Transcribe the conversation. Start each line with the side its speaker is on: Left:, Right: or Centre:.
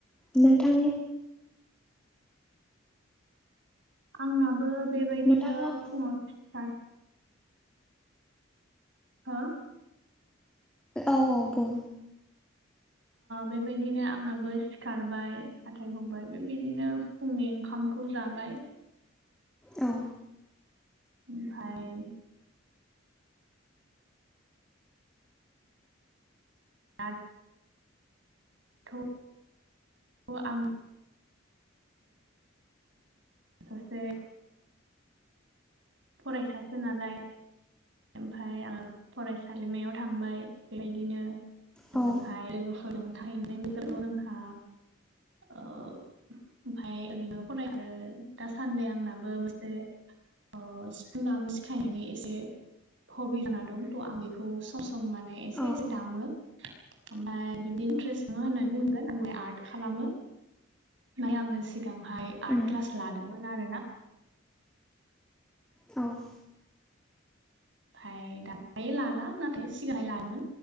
Centre: नोंथांनि
Right: आंनाबो बेबायदिनो
Centre: नोंथांनि हबिस
Right: फुङाव सिखार हा
Centre: औ औ बुं
Right: बेबायदिनो आंनाबो सिखारबाय हाथाय हुबाय बेबायदिनो फुंनि ओंखामखौ जाबाय
Centre: औ
Right: ओमफ्राय <unintelligible> थ' अ आं सासे फरायसासो नालाय ओमफ्राय आं फरायसालिमायाव थांबाय बेबायदिनो ओजोंहाय
Centre: औ
Right: लोगोफोरजों थाहैनाय बोथोराव जोंहा ओमफ्राय ओरैनो फरायो आरो दासान्दि आंनाबो मोनसे अ सिफुं दामनो सिखायनायनि एसे हबि जाना दं थ' आं बेखौ सम सम माने एसे
Centre: औ
Right: एसे दामो ओमफ्राय बिदि इन्ट्रेस्ट नङा होननानै बुंनांगोन आंलाय आर्ट खालामो ओमफ्राय आङो सिगांहाय आर्ट
Centre: उम
Right: क्लास लादोंमोन आरो ना
Centre: औ
Right: ओमफफ्राय दा दायो लाला नाथाय सिगांह लाायोमोन